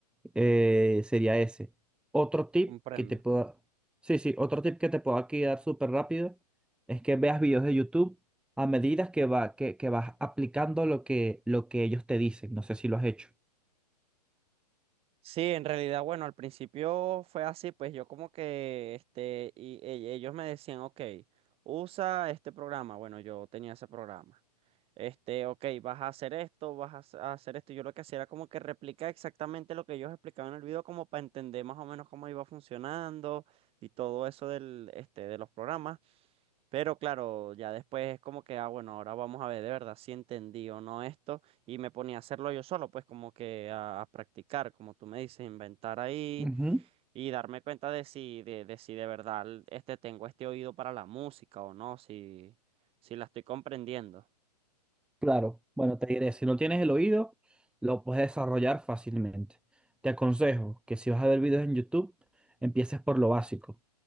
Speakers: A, in the centre; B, on the right.
A: eh, sería ese. Otro tip
B: Comprendo.
A: que te pueda, sí, sí, otro tip que te puedo aquí dar súper rápido es que veas videos de YouTube a medida que va, que, que vas aplicando lo que, lo que ellos te dicen. No sé si lo has hecho.
B: Sí, en realidad, bueno, al principio fue así, pues yo como que, este, y, e- ellos me decían, ok, usa este programa, bueno, yo tenía ese programa, este, ok, vas a hacer esto, vas a hac- a hacer esto, yo lo que hacía era como que replicar exactamente lo que ellos explicaban en el video, como para entender más o menos cómo iba funcionando y todo eso del, este, de los programas. Pero claro, ya después es como que, ah, bueno, ahora vamos a ver de verdad si entendí o no esto. Y me ponía a hacerlo yo solo, pues como que a, a practicar, como tú me dices, inventar ahí
A: Ujú,
B: y darme cuenta de si de, de si de verdad l- este, tengo este oído para la música o no, si, si la estoy comprendiendo.
A: Claro, bueno, Te diré, si no tienes el oído, lo puedes desarrollar fácilmente. Te aconsejo que si vas a ver videos en YouTube, empieces por lo básico.